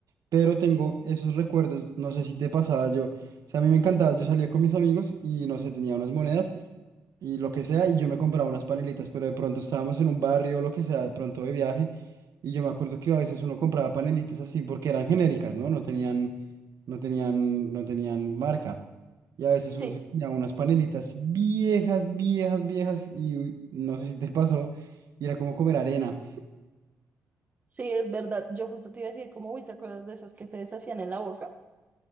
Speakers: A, on the right; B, on the right.
A: pero tengo esos recuerdos, no sé si te pasaba yo, o sea, a mí me encantaba, yo salía con mis amigos y no sé, tenía unas monedas. y lo que sea, y yo me compraba unas panelitas, pero de pronto estábamos en un barrio o lo que sea, de pronto de viaje, y yo me acuerdo que a veces uno compraba panelitas así porque eran genéricas, ¿no? No tenían, no tenían, no tenían marca. Y a veces uno
B: Sí,
A: se compraba unas panelitas viejas, viejas, viejas, y uy, no sé si te <laughs> pasó, y era como comer arena.
B: sí, es verdad, yo justo te iba a decir como, uy, ¿te acuerdas de esas que se deshacían en la boca?